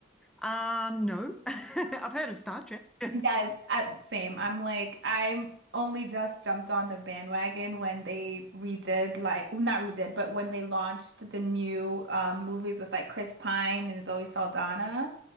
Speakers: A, in the centre; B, on the right.
A: Um, no, <laughs> I've heard of Star Trek. <laughs>
B: Yes, I, same. I'm like, I'm only just jumped on the bandwagon when they redid, like, well, not redid, but when they launched the new um, movies with like Chris Pine and Zoe Saldana.